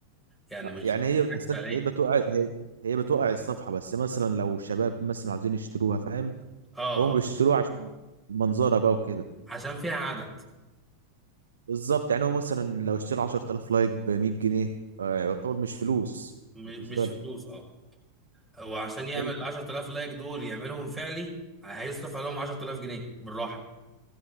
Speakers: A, in the centre; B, on the right (about 70°).
A: يعني
B: لا،
A: مش
B: يعني هي
A: حاجات
B: أصلاً
A: فعليه
B: هي بتوقع هي هي بتوقع الصفحة بس مثلا لو شباب مثلا عايزين يشتروها فاهم
A: اه
B: هم
A: اه
B: بيشتروها عشان المنظرة بقى وكده
A: عشان فيها عدد
B: بالظبط يعني هو مثلا لو اشترى 10000 لايك ب 100 جنيه آه، يعتبر مش فلوس
A: م-
B: بالنسبه
A: مش
B: له
A: فلوس اه وعشان يعمل
B: ايوه
A: ال 10000 لايك دول يعملهم فعلي هيصرف عليهم 10000 جنيه بالراحه